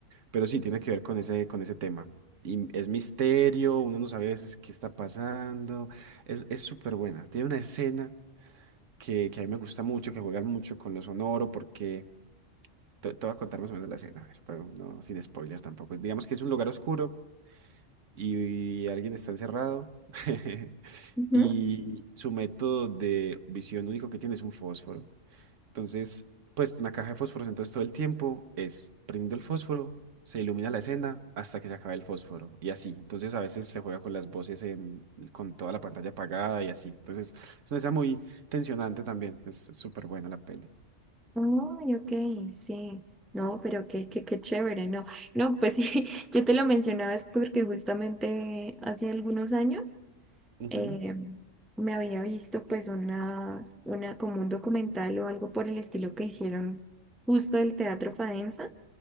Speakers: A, on the right (about 75°); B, in the centre.
A: Pero sí, tiene que ver con ese, con ese tema. Y es misterio, uno no sabe a veces qué está pasando. Es, es súper buena. Tiene una escena que, que a mí me gusta mucho, que juegan mucho con lo sonoro, porque te, te voy a contar más o menos la escena, a ver, pero no, sin spoiler tampoco. Digamos que es un lugar oscuro y alguien está encerrado <laughs>
B: Ujú.
A: y su método de visión único que tiene es un fósforo. Entonces, pues una caja de fósforo, entonces todo el tiempo es prendiendo el fósforo, se ilumina la escena hasta que se acabe el fósforo y así. Entonces a veces se juega con las voces en, con toda la pantalla apagada y así. Entonces es una escena muy tensionante también. Es súper buena la peli.
B: Ay, ok, sí. No, pero qué, qué, qué chévere, no. No, pues sí, <laughs> yo te lo mencionaba es porque justamente hace algunos años
A: Ujú,
B: eh, me había visto pues una, una, como un documental o algo por el estilo que hicieron justo del Teatro Fadensa,